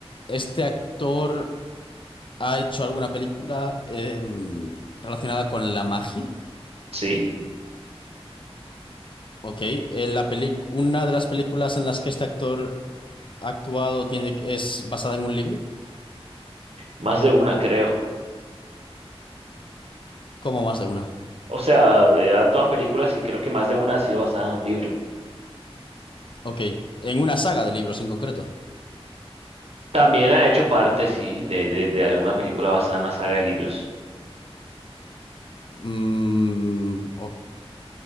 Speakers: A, on the left; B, on the right.
A: ¿este actor ha hecho alguna película em, relacionada con la magia?
B: Sí,
A: Ok. eh, la peli- ¿Una de las películas en las que este actor ha actuado tiene, es basada en un libro?
B: más de una, creo.
A: Como más de una?
B: O sea, eh, actúan películas y creo que más de una ha sido basada en un libro.
A: Ok. ¿En una saga de libros en concreto?
B: También ha hecho parte, sí, de, de, de alguna película basada en una saga de libros.
A: Mm, ok.